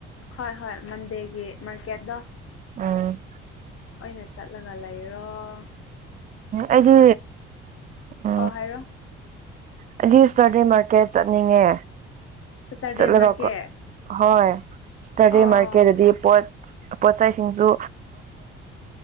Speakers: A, on the left; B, on the right.
A: ꯍꯣꯏ ꯍꯣꯏ ꯃꯟꯗꯦꯒꯤ ꯃꯥꯔꯀꯦꯠꯇ‌ꯣ
B: ꯎꯝ
A: ꯑꯣꯏꯒ ꯆꯥꯠꯂꯒ ꯂꯩꯔ‌ꯣ
B: ꯑꯩꯗꯤ ꯎ
A: ꯑꯣ ꯍꯥꯏꯔꯣ
B: ꯑꯩꯗꯤ ꯏꯁꯇꯔꯗꯦ ꯃꯥꯔꯀꯦꯠ ꯆꯠꯅꯤꯡꯉꯦ
A: ꯁꯦꯇꯔꯗꯦ
B: ꯆꯠꯂꯒꯀꯣ
A: ꯃꯥꯔꯀꯦꯠ
B: ꯍꯣꯏ ꯏꯁꯇꯔꯗ‌ꯦ
A: ꯑꯣ
B: ꯃꯥꯔꯀꯦꯠꯇꯗꯤ ꯄꯣꯠ ꯄꯣꯠꯆꯩꯁꯤꯡꯁꯨ